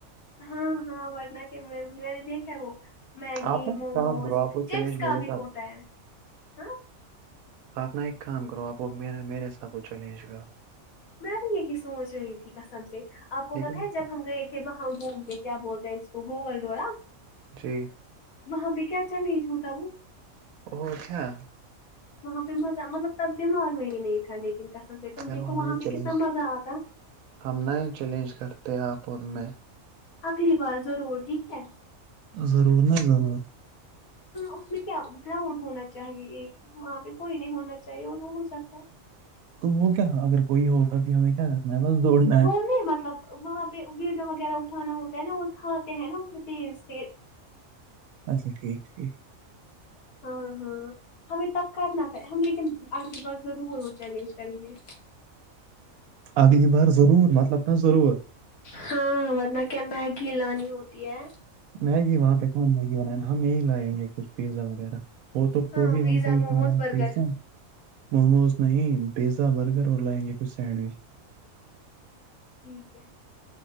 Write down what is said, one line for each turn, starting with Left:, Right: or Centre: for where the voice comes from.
Left: ہاں- ہاں ورنہ کے میں نے دیکھا وہ میگی
Right: آپ نا ایک
Left: موموز
Right: کام کرو آپ وہ
Left: چپس
Right: چیلنج
Left: کا
Right: میرے
Left: بھی ہوتا ہے ہاں-
Right: آپنا ایک کام کرو آپ میرے ساتھ کچھ چلنج گ-
Left: میں بھی یہی سوچ رہی تھی کسم سے آپ کو
Right: لیکن
Left: پتاہ ہے جب ہم گئے تھے- وہاں گوم میں کیا بولتا ہیں اس کو گوگل ڈورا-
Right: جی
Left: وہاں پہ کیا چالجوںتا وہ-
Right: ا ا کیا
Left: وہاں پہ مزہ مطلب تب دماغ میں ہی نہیں تھا لیکن کسب سے تم
Right: چلو
Left: دیکھو
Right: ہمیں
Left: وہاں پہ
Right: چیلنج
Left: کتنا مزہ آتا
Right: ہم نئے چیلنج کرتے آپ اور میں
Left: اگلی بار ضرور ٹھیک ہے
Right: ضرور نا ضرور
Left: اس میں کیا گراؤنڈ ہونا چاہیے ایک وہاں پہ کوئی نہیں ہونا چاہیے اور وہ ہو سکتا ہے-
Right: تو وہ کیا اگر کوئی ہوگا پھر ہمیں کیا رکھنا ہے بس دوڑنا- ہے
Left: وہ نہیں مطلب وہاں پہ ویڈو وغیرہ اٹھانا ہوتا ہے نا وہ اٹھاتے ہیں نا اس میں تیز -تیز
Right: اچھا ٹھیک- ٹھیک
Left: ہاں- ہاں ہمیں تب کرنا تھا ہم لیکن اگلی بار ضرور وہ چیلنج کریں گے-
Right: اگلی بار ضرور مطلب تھا ضرور
Left: ہاں ورنہ کیا میگی لانی ہوتی دیا
Right: میگی وہاں پہ کون میگی بنانا ہم یہی لائیں گے کچھ پیزا وغیرہ وہ تو
Left: ہاں
Right: تو بھی
Left: پیزا
Right: ہم کو ہی
Left: موموز
Right: کھانا ہے
Left: برگر
Right: پیزا موموز نہیں پیزا برگر اور لائیں گے کچھ سینڈوچ
Left: ٹھیک ہے